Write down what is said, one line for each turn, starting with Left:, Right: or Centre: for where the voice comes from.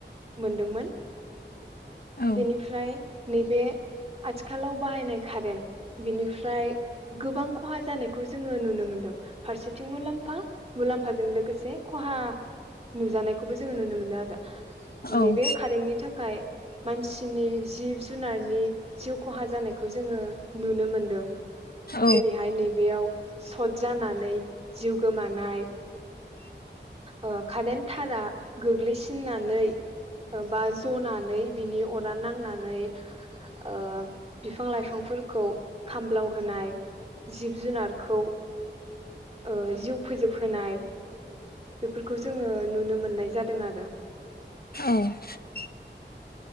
Right: मोनदोंमोन
Left: औ
Right: बेनिफ्राय नैबे आथिखालाव बाहायनाय कारेन्ट बेनिफ्राय गोबां खहा जानायखौ जोङो नुनो मोनदों। फारसेथिं मुलाम्फा मुला म्फाजों लोगोसे खहा नुजानाय। खौबो जोङो नुनो मोनदों आरो।
Left: औ
Right: नैबे खारेंटनि थाखाय मानसिनि जिब जुनारनि कहा जानायखौ जों नुनो मोनदों।
Left: औ
Right: जेरैहाय नै बेयाव सट जानानै जिउ गोमानाय ओ कारेन्ट थारा गोग्लैसिननानै बा जनानै बिनि अरा नांनानै ओ बिफां लाइफांफोरखौ खामब्लावहोनाय जिब जुनारखौ ओ जिउ फोजोबहोनाय बेफोरखौ जोंङो नुनो मोननाय जादों आरो
Left: औ